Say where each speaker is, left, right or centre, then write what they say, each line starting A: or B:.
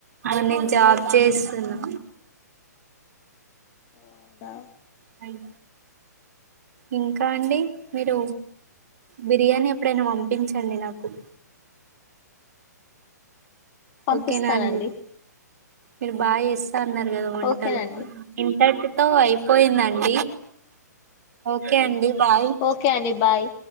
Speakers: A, on the right; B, on the left.
A: వన్ నుంచి జాబ్ చేస్తున్నా
B: అవునా
A: హ్మ్ ఇంకా అండి మీరు బిర్యానీ ఎప్పుడైనా పంపించండి నాకు
B: పంపిస్తాననండి
A: ఓకేనా అండి మీరు బాయ ఏస్ అన్నారు కదా వంటలు
B: ఓకేనండి
A: ఇంట తో అయిపోయింద అండి ఓకే అండి బాయ్
B: ఓకే అండి బాయ్